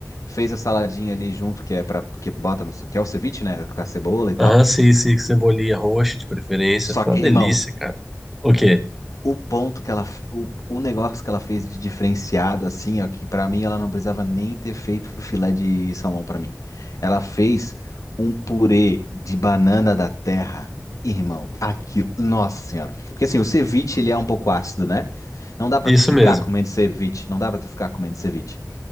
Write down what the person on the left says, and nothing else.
fez a saladinha ali junto, que é pra, que bota, não sei o que, é o ceviche, né, com a cebola e tal.
Só
que,
irmão,
O ponto que ela, o, o negócio que ela fez de diferenciado, assim, ó, que pra mim ela não precisava nem ter feito o filé de salmão pra mim. Ela fez um purê de banana da terra. Irmão, aquilo, nossa senhora. Porque assim, o ceviche, ele é um pouco ácido, né? Não dá pra
tu ficar
comendo ceviche, não dá pra tu ficar comendo ceviche.